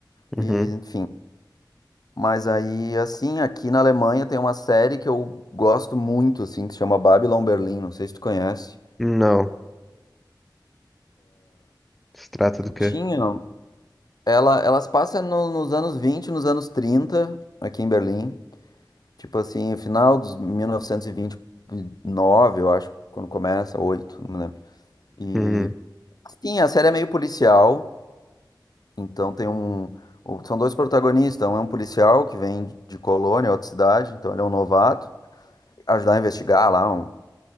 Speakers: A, on the left (about 55°); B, in the centre.
A: E,
B: Uhum.
A: enfim. Mas aí, assim, aqui na Alemanha tem uma série que eu gosto muito, assim, que se chama Babylon Berlim, não sei se tu conhece.
B: Não, se trata do quê?
A: Tinha. Ela, elas passam no- nos anos 20, nos anos 30, aqui em Berlim. Tipo assim, final dos 1929, eu acho, quando começa, 8, não me lembro. E,
B: Uhum.
A: assim, a série é meio policial. Então tem um. o- São dois protagonistas. Um é um policial que vem de de Colônia, outra cidade, então ele é um novato. Ajudar a investigar lá um,